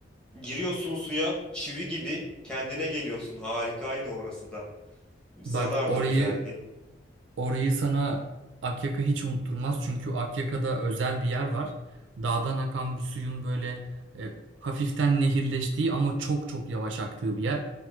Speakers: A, in the centre; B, on the right (about 70°).
A: Giriyorsun suya, çivi gibi kendine geliyorsun. Harikaydı orası da. Zadar
B: Bak orayı
A: da güzeldi.
B: Orayı sana Akyaka hiç unutturmaz. Çünkü Akyaka'da özel bir yer var. Dağdan akan bir suyun böyle e, hafiften nehirleştiği ama çok çok yavaş aktığı bir yer.